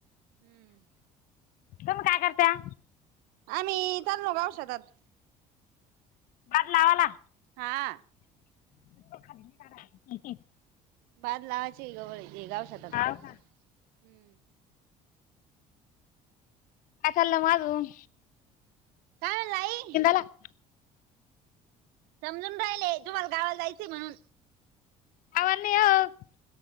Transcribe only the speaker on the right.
हम्म.
आमही तरणो गाव शेतात.
हा.
<unintelligible>
हम्म
काय म्हणलं आई
समजून राहिले एक दिवस गावाला जायच म्हणून.